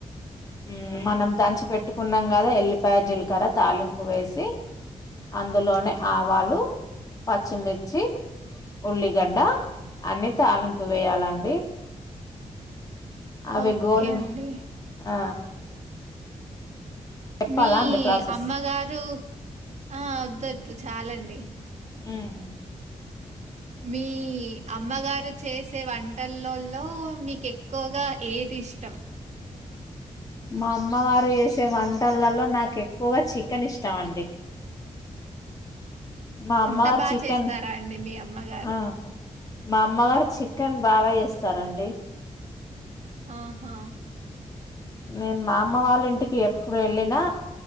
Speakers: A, on the left (about 30°); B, on the right (about 60°).
A: హ్మ్ మనం దంచి పెట్టుకున్నాం గదా ఎల్లిపాయ జీలకర్ర తాలింపు వేసి అందులోనే ఆవాలు పచ్చిమిర్చి ఉల్లిగడ్డ అన్ని తాలింపు వేయాలండి అవి
B: ఓకే
A: గోలిన
B: అండి
A: ఆ చెప్పాలా
B: మీ
A: అండి ప్రాసెస్?
B: అమ్మగారు ఆ వద్దు వద్దు చాలండి
A: మ్మ్
B: మీ అమ్మగారు చేసే వంటల్లోలో మీకు ఎక్కువగా ఏది ఇష్టం
A: మా అమ్మవారు వేసే వంటలలో నాకు ఎక్కువగా చికెన్ ఇష్టం అండి మా అమ్మగారు
B: అంతా బాగా
A: చికెన్
B: చేస్తారా అండి మీ అమ్మగారు
A: ఆ! మా అమ్మగారు చికెన్ బాగా చేస్తారండి
B: ఆహా
A: నేను మా అమ్మ వాళ్ళ ఇంటికి ఎప్పుడు వెళ్ళినా